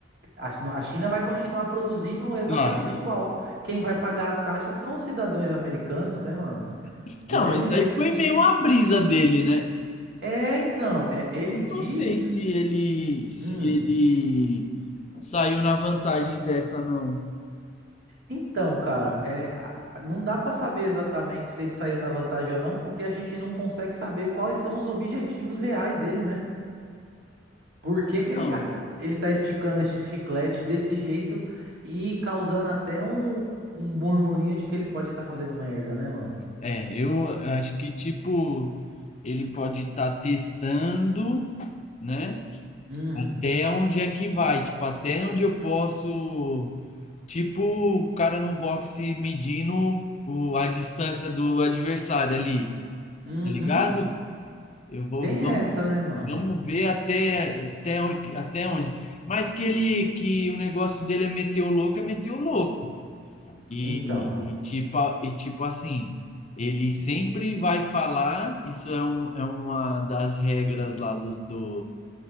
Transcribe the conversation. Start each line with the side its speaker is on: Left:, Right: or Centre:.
Right: A a China vai continuar produzindo exatamente
Left: claro.
Right: igual. Quem vai pagar as taxas são os cidadãos americanos, né, mano?
Left: Então,
Right: Do mesmo
Left: isso
Right: jeito
Left: aí foi
Right: que
Left: meio uma brisa dele, né?
Right: É, então, é, ele
Left: Eu
Right: diz.
Left: não sei se ele, se
Right: Hum,
Left: ele saiu na vantagem dessa, não.
Right: então, cara, é, a- não dá pra saber exatamente se ele saiu na vantagem ou não, porque a gente não consegue saber quais são os objetivos reais dele, né? Por que que ele
Left: Não.
Right: tá, ele tá esticando esse chiclete desse jeito e causando até um, um murmurinho de que ele pode estar fazendo merda, né, mano?
Left: É, eu acho que, tipo, ele pode estar testando, né?
Right: Hum,
Left: Até onde é que vai, tipo, até onde eu posso Tipo o cara no boxe medindo o, a distância do adversário ali,
Right: uhum,
Left: tá ligado? Eu vou,
Right: tem
Left: vamos,
Right: essa, né, mano?
Left: vamos ver até, até onde, até onde. Mas que ele, que o negócio dele é meter o louco, é meter o louco. E,
Right: Então.
Left: e tipo, a- e tipo assim, ele sempre vai falar, isso é, um, é uma das regras lá do, do